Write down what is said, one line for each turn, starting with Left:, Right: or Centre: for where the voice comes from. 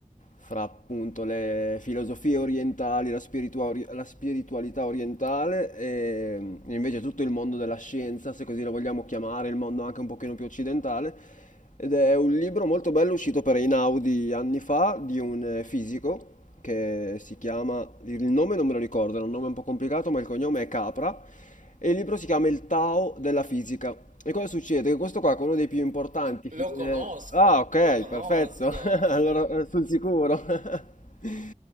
Left: fra appunto le filosofie orientali, la, spiritua- ori- la spiritualità orientale e, e invece tutto il mondo della scienza, se così lo vogliamo chiamare, il mondo anche un pochino più occidentale, ed è un libro molto bello uscito per Einaudi anni fa di un eh, fisico che si chiama, il nome non me lo ricordo, è un nome un po' complicato, ma il cognome è Capra e il libro si chiama Il Tao della fisica. E cosa succede? Che questo qua è uno dei più importanti.
Right: Lo,
Left: fi-
Right: lo conosco,
Left: eh, ah, ok,
Right: lo conosco.
Left: perfetto. <laughs> Allora, eh, sul sicuro. <laughs>